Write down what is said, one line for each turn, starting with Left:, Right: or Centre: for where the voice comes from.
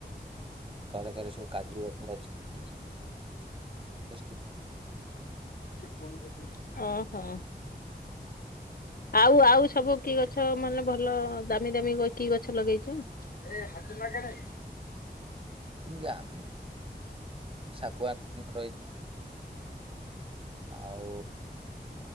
Right: ଘରେ କରେ ସବୁ କାଜୁ ଗଛ ଅଛି।
Left: କଣ କରହୁ ମ ଓହୋ। ଆଉ ଆଉ ସବୁ କି ଗଛ ମାନେ ଭଲ ଦାମି ଦାମୀ କି ଗଛ ଲଗେଇଛ? <inaudible>
Right: <unintelligible> ଶାଗୁଆନ ରହି। ଆଉ